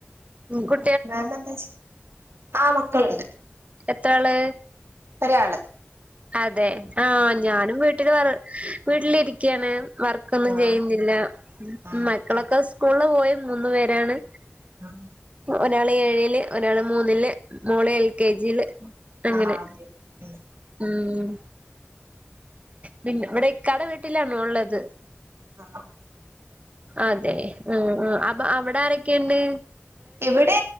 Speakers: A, on the right; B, on the right.
A: ഗു
B: <unintelligible> എന്താച്ച ആഹ് മക്കളുണ്ട്
A: എത്ര ആള്
B: ഒരാള്
A: അതെ ആഹ് ഞാനും വീട്ടില് വർ വീട്ടിലിരിക്കാണ് വർ ക്കൊന്നും
B: ആഹ്
A: ചെയ്യുന്നില്ല
B: ആഹ്
A: മക്കളൊക്കെ
B: ഓക്കെ
A: സ്കൂളില് പോയി മൂന്നു പേരാണ്
B: <inaudible>
A: ഒരാള് ഏഴില് ഒരാള് മൂന്നില് മോള് എൽ കെ ജിയില് അങ്ങനെ
B: ആഹ് അതെ ഉം
A: ഉം പിന്ന ഇവിടെ ഇക്കാടെ വീട്ടിലാണ് ഉള്ളത്
B: ആഹ
A: അതെ ഉം ഉം അപ്പൊ അവിടെ ആരൊക്കെണ്ട്
B: ഇവിടെ